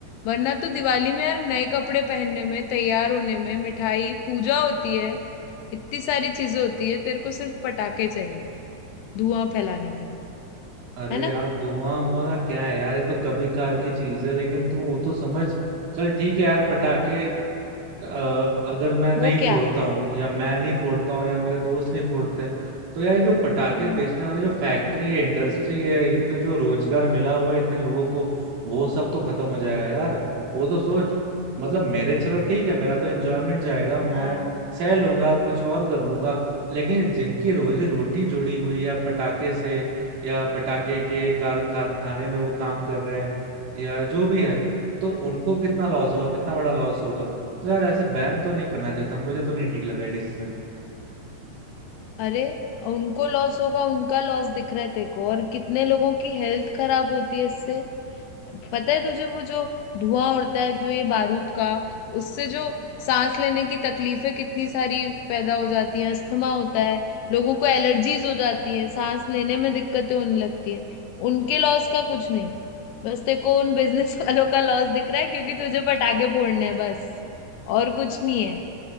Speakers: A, on the left; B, on the right.
A: वरना तो दिवाली में यार नए कपड़े पहनने में तैयार होने में मिठाई पूजा होती है इतनी सारी चीजें होती है तेरे को सिर्फ पटाखे चाहिए धुआं फैलाने के लिए
B: अरे
A: है ना
B: यार धुआं हुआ का क्या है यार ये तो कभी काल की चीज है लेकिन तू वो तो समझ चल ठीक है यार पटाखे अ, अगर मैं नहीं
A: वो क्या
B: फोड़ता हूँ या मैं नहीं फोड़ता हूँ या मेरे दोस्त नहीं फोड़ते हैं तो यार ये जो पटाखे
A: हम्म।
B: बेचने वाले जो फैक्ट्री है इंडस्ट्री है ये तो जो रोजगार मिला हुआ है इतने लोगों को वो सब तो खत्म हो जाएगा यार वो तो सोच मतलब मेरे चलो ठीक है मेरा तो एंजॉयमेंट जाएगा मैं
A: हाँ
B: सह लूंगा कुछ और कर लूंगा लेकिन जिनकी रोजी रोटी जुड़ी हुई है पटाखे से या पटाखे के कार कारखाने में वो काम कर रहे हैं या जो भी है तो उनको कितना लॉस होगा कितना बड़ा लॉस होगा तो यार ऐसे बैन तो नहीं करना चाहिए था मुझे तो नहीं ठीक लगा ये डिसीजन
A: अरे उनको लॉस होगा उनका लॉस दिख रहा है तेरे को और कितने लोगों की हेल्थ खराब होती है इससे पता है तुझे वो जो धुआं उड़ता है जो ये बारूद का उससे जो सांस लेने की तकलीफें कितनी सारी पैदा हो जाती हैं अस्थमा होता है लोगों को एलर्जीज हो जाती है सांस लेने में दिक्कतें होने लगती है उनके लॉस का कुछ नहीं बस तेरे को उन बिजनेस <laughs> वालों का लॉस दिख रहा है क्योंकि तुझे पटाखे फोड़ने हैं बस और कुछ नहीं है